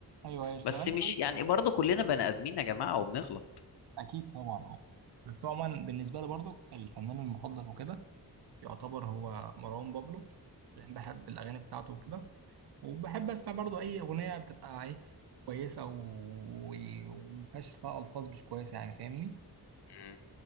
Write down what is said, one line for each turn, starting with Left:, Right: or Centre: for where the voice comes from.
Right: ايوه ايوه زي
Left: بس
Right: ما انت
Left: مش
Right: قلت
Left: يعني برضه كلنا بني آدمين يا جماعة وبنغلط
Right: اكيد طبعا اه بس عموما بالنسبه لي برضو الفنان المفضل وكده يعتبر هو مروان بابلو لان بحب الاغاني بتاعته وكده وبحب اسمع برضو اي اغنيه بتبقى ايه كويسه و- ومفيهاش فيها الفاظ مش كويسه يعني فاهمني
Left: مم.